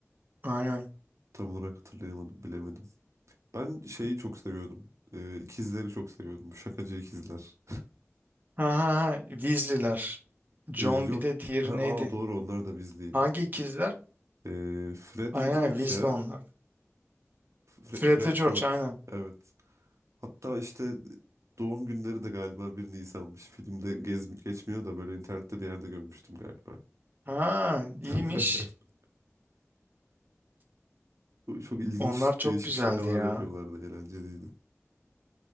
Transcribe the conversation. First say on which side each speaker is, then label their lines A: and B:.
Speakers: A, on the right; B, on the right.
A: Aynen.
B: tam olarak hatırlayamadım, bilemedim. Ben şeyi çok seviyordum. E, ikizleri çok seviyordum. Şakacı ikizler.
A: Ha ha ha Weasley'ler. John
B: E, yok.
A: bir de diğeri
B: Ha,
A: neydi?
B: aa doğru onlar da bizliydi.
A: Hangi ikizler?
B: E, Fred'le
A: Aynen
B: George
A: Weasley
B: ya.
A: onlar.
B: Fre-
A: Fred'le
B: Fred
A: George
B: George.
A: aynen.
B: Evet. Hatta işte doğum günleri de galiba 1 Nisan'mış. Filmde gez geçmiyor da böyle internette bir yerde görmüştüm galiba.
A: Ha iyiymiş.
B: <laughs> Çok ilginç,
A: Onlar çok
B: değişik
A: güzeldi
B: şakalar
A: ya.
B: yapıyorlardı, eğlenceliydi.